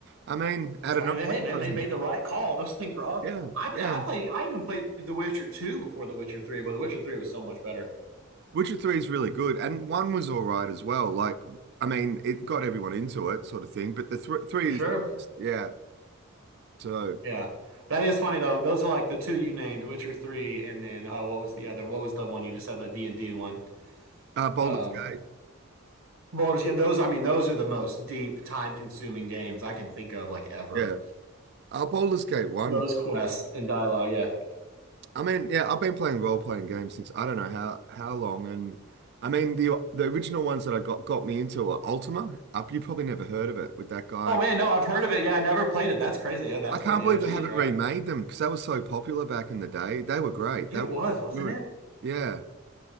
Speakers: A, on the right; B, on the right.
A: I mean, out
B: That's
A: of
B: I
A: nowhere,
B: mean, hey man,
A: sort
B: they
A: of thing.
B: made the right call. Those things were off.
A: Yeah,
B: I
A: yeah.
B: I play. I even played The Witcher two before The Witcher three, but The Witcher three was so much better
A: Witcher 3 is really good, and 1 was all right as well. Like, I mean, it got everyone into it, sort of thing, but the th 3
B: for sure.
A: is the best. Yeah. So,
B: Yeah. That is funny though. Those are like the two you named, Witcher 3 and then oh what was the other? What was the one you just said the D&D one?
A: uh, Baldur's
B: Um
A: Gate.
B: Baldur's yeah, those I mean those are the most deep time-consuming games I can think of like ever.
A: Yeah. Uh, Baldur's Gate 1.
B: Those quests and dialogue, yeah.
A: I mean, yeah, I've been playing role-playing games since I don't know how how long, and I mean, the the original ones that I got got me into were Ultima. Up, you probably never heard of it with that guy.
B: Oh man, no, I've heard of it. Yeah, I never played it. That's crazy. Yeah, that's
A: I can't
B: one of the
A: believe
B: OGs,
A: they haven't
B: right?
A: remade them because they were so popular back in the day. They were great.
B: It
A: They were
B: was,
A: really
B: wasn't it?
A: good. Yeah.